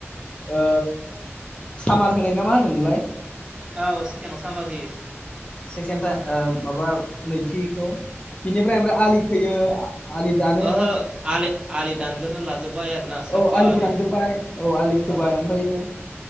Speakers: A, on the left; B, on the right.
A: ओ सामार होनाय ना मा होनोमोनलाय
B: औ चकेनाव सामार होयो
A: सेकेणड माबा नैथिखौ बिनिफ्राय ओमफ्राय आलि खोयो आलि दानो
B: आहो आल आलि दानग्रोन लाजोब बाय आरो ना साफानो
A: औ आलिखौ दानग्रोबाय आलि खोबाय
B: औ
A: ओमफ्रायो